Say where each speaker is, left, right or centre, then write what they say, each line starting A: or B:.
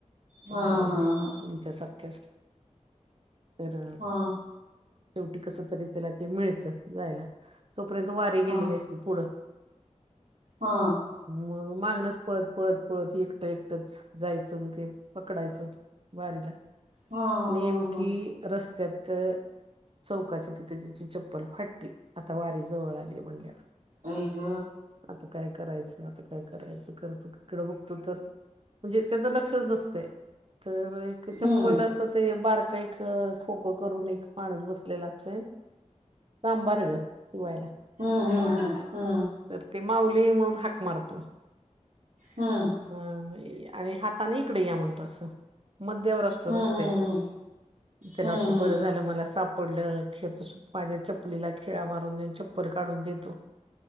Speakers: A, on the right; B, on the right.
A: हा
B: अगदी
A: हा
B: तुमच्यासारख्या तर,
A: हा
B: शेवटी कस तरी त्याला ते मिळत जायला.? तोपर्यंत वारीे गेलेली
A: हा
B: असती पुढं,
A: हा हा
B: मग मागण्याच पळत पळत पळत एकटा एक जायचं ते पकडायचं वारीला
A: हा
B: नेमकी
A: हा
B: रस्त्यात. चौकाच्या तिथे तिची चप्पल फाटते आता वारी जवळ आली म्हणल्यावर.
A: आई ग
B: आता काय आता काय करायचं करतो बघतो तर, म्हणजे त्याचं लक्षच नसत तर, चप्पल
A: हम्म
B: असं ते बारका एक खोकं करून एक माणुस बसलेला असतोय चांभार ग शिवायला
A: हम् हम हम हम.
B: तर ते माऊली म्हणून हाक मारतो.
A: हम्म.
B: ह आणि हाताने इकडे या म्हणत असं मध्यावर अस रस्त्याच्या
A: हम्म हम्म
B: त्याला
A: हम्म
B: वाटला
A: हम्म हम्म हम्म
B: बर
A: हम्म
B: झालं मला साप पडलं खेळ माझ्या चप्पलीला खीळा मारून देऊन चप्पल काढून देतो?